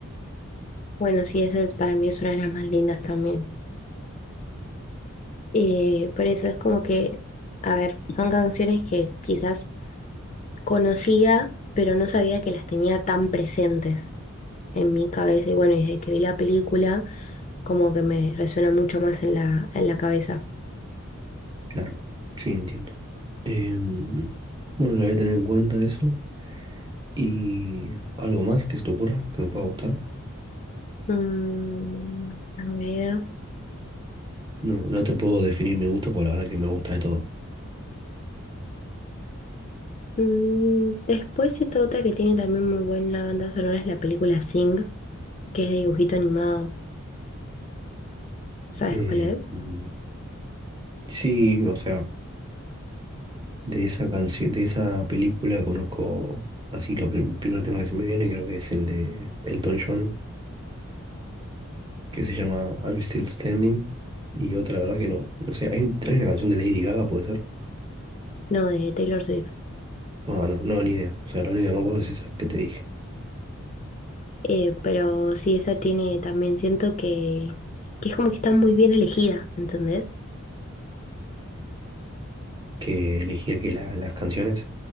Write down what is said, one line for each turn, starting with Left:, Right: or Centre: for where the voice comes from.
Left: Bueno, sí, esa es, para mí es una de las más lindas también. Eh, por eso es como que, a ver, son canciones que quizás conocía, pero no sabía que las tenía tan presentes en mi cabeza. Y bueno, desde que vi la película, como que me resuena mucho más en la, en la cabeza.
Right: Claro, sí, entiendo. Em, bueno, lo voy a tener en cuenta eso. ¿Y algo más que se te ocurra que me pueda gustar?
Left: Mm, a ver.
Right: No, no te puedo definir mi gusto, por la verdad que me gusta de todo.
Left: Mm, después esta otra que tiene también muy buena banda sonora es la película Sing, que es de dibujito animado. ¿Sabes
Right: Eh,
Left: cuál es?
Right: mm, sí, o sea, de esa canción, de esa película conozco así lo prim- primer tema que se me viene, creo que es el de Elton John, que se llama I'm Still Standing. Y otra, la verdad que no, no sé, hay, un- hay una canción de Lady Gaga, ¿puede ser?
Left: No, de Taylor Swift.
Right: No, no, no, ni idea. O sea, la única que me acuerdo es esa que te dije,
Left: Eh, pero sí, esa tiene también, siento que, que es como que está muy bien elegida, ¿entendés?
Right: que elegía que la- las canciones.